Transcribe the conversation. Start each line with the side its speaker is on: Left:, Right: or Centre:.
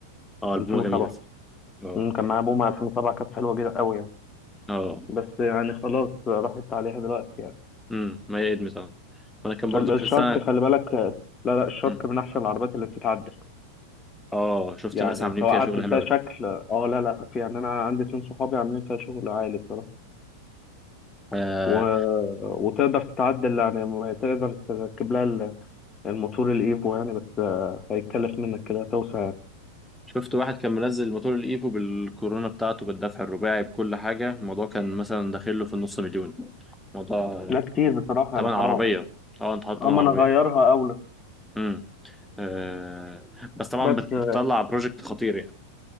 Centre: اه البومة
Left: 2007
Centre: جميلة اه
Left: مم، كان
Centre: جميل
Left: معايا بومه 2007 كانت حلوه جدا قوي يعني
Centre: اه
Left: بس يعني خلاص راحت عليها دلوقتي يعني
Centre: امم ما هي ادمت اه وانا كان برضو
Left: ال- الشرق
Centre: كريستال
Left: خلي بالك آه، لا لا الشرق
Centre: مم.
Left: من احسن العربيات اللي بتتعدل
Centre: اه شفت
Left: يعني
Centre: الناس عاملين
Left: سواء
Centre: فيها
Left: عدلتها
Centre: شغل حلو
Left: شكل اه لا لا في يعني انا عندي اتنين صحابي عاملين فيها شغل عالي بصراحه
Centre: قوي
Left: و... وتقدر تتعدل يعني م- تقدر تركب لها ال- الموتور الايفو يعني بس آه، هيتكلف منك كده توسع يعني
Centre: شفت واحد كان منزل موتور الايفو بالكورونا بتاعته بالدفع الرباعي بكل حاجة الموضوع كان مثلا داخل له في النص مليون موضوع
Left: لا كتير بصراحه
Centre: تمن
Left: يعني حرام
Centre: عربية اه انت حاطط
Left: اما
Centre: تمن عربية
Left: انا اغيرها اولى
Centre: امم آه. بس طبعا
Left: بس
Centre: بت-
Left: آه،
Centre: بتطلع بروجكت خطير يعني